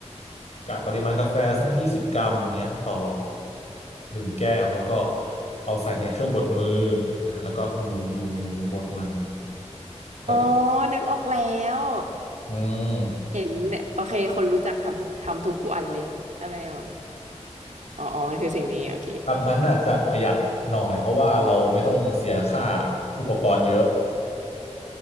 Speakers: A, on the left; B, on the right.
A: กะปริมาณกาแฟสักยี่สิบกรัมอย่างเงี้ยต่อหนึ่งแก้ว แล้วก็เอาใส่ในเครื่องบดมืออ่าแล้วก็หมุน หมุน หมุนบดมัน แล้วก็
B: อ๋อนึกออกแล้ว
A: อืม
B: เห็นเนี่ยโอเคคนรู้จักทำทำทุกวันเลยอะไรแบบอ๋ออ๋อมันคือสิ่งนี้โอเค
A: แบบนั้นน่าจจะประหยัดหน่อย
B: ครับ
A: เพราะว่าเราไม่ต้องเสียค่าอุปกรณ์เยอะ